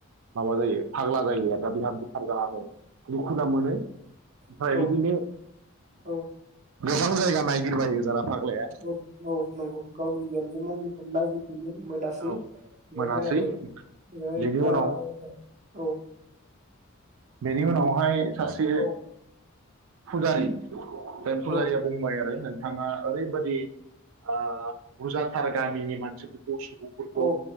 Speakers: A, on the right; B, on the right.
A: माबा जायो फाग्ला जायो आरो बिहामजो खारजानानै दुखुु ना मोनो ओमफ्राय
B: औ
A: बिदिनो
B: औ
A: गोबां जायगा नागिरबायो जारा फा ग्लाया
B: औ औ नंगौ गावनि बिहामजो मंग्लिखौ नागिरदोंमोन मोनासै
A: औ
B: बेवहाय
A: मोनासै
B: आरो बेवहाय
A: बेनि
B: गाव
A: उनाव
B: औ
A: बेनि उनावहाय सासे
B: औ
A: फुजारि बे फुजारिया
B: औ
A: बुंबाय आरो नों थाङा ओरैबादि ओ बुरजाथार गामिनि मानसि फोर खौ सुबुंफोरखौ
B: औ